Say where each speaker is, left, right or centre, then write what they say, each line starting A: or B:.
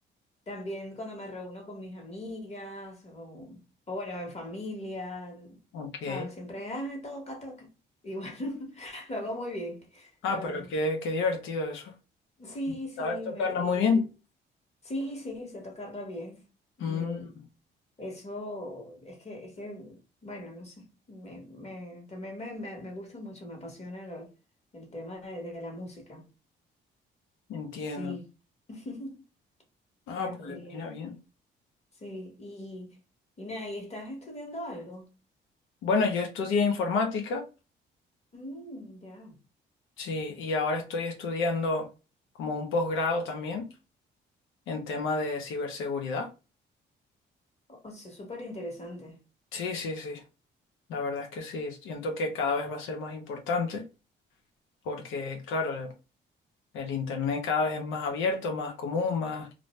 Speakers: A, on the left; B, on the left.
A: también cuando me reúno con mis amigas o, o bueno, en familia,
B: ok.
A: ¿sabes? Siempre, ah, toca, toca. Y bueno, <laughs> lo hago muy bien,
B: Ah,
A: la verdad.
B: pero qué, qué divertido eso.
A: Sí, sí,
B: ¿Sabes tocarla
A: me,
B: muy bien?
A: Sí, sí, sé tocarla bien. Me,
B: Mm,
A: eso es que, es que, bueno, no sé, me, me, también me, me, me gusta mucho, me apasiona lo- el tema de, de la música.
B: entiendo.
A: Sí, <laughs>
B: Ah,
A: pues
B: pues
A: bien,
B: mira bien.
A: sí. Y, y nada, ¿y estás estudiando algo?
B: Bueno, yo estudié informática,
A: Mm, ya,
B: sí, y ahora estoy estudiando como un posgrado también en tema de ciberseguridad.
A: o sea, súper interesante.
B: Sí, sí, sí. La verdad es que sí, siento que cada vez va a ser más importante porque, claro, el Internet cada vez es más abierto, más común, más,